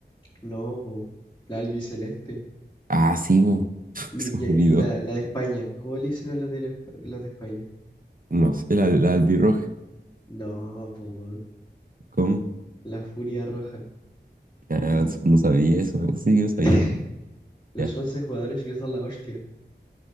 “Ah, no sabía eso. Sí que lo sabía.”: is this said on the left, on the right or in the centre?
Right